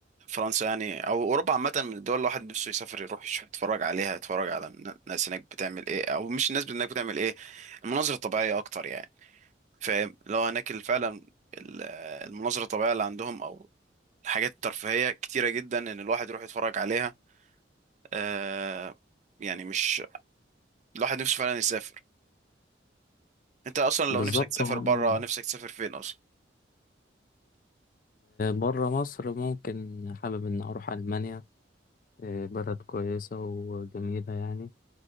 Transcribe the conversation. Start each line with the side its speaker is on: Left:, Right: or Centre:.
Right: فرنسا يعني او اوروبا عامه من الدول اللي الواحد نفسه يسافر يروح يشوف يتفرج عليها يتفرج على الناس هناك بتعمل ايه او مش الناس هناك بتعمل ايه المناظر الطبيعيه اكتر يعني فاهم لو هناك ال- فعلا ال- المناظر الطبيعيه اللي عندهم او الحاجات الترفيهيه كتيره جدا ان الواحد يروح يتفرج عليها آه يعني مش الواحد نفسه فعلا يسافر انت اصلا
Left: بالظبط
Right: لو نفسك تسافر
Left: هم
Right: بره نفسك تسافر فين اصلا
Left: بره مصر ممكن حابب إن أروح ألمانيا آه، بلد كويسة وجميلة يعني